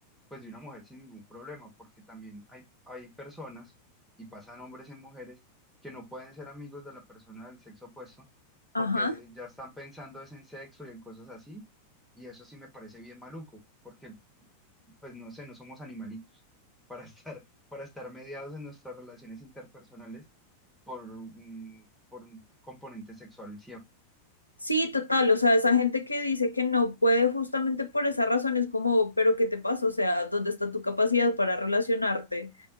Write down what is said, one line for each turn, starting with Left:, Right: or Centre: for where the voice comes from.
Centre: pues de una mujer sin ningún problema, porque también hay, hay personas, y pasan hombres en mujeres, que no pueden ser amigos de la persona del sexo opuesto,
Left: ajá.
Centre: porque ya están pensando es en sexo y en cosas así, y eso sí me parece bien maluco, porque pues no sé, no somos animalitos para <laughs> estar, para estar mediados en nuestras relaciones interpersonales por un, por un componente sexual
Left: Sí, total, o sea, esa gente que dice que no puede justamente por esa razón es como, pero ¿qué te pasa? O sea, ¿dónde está tu capacidad para relacionarte?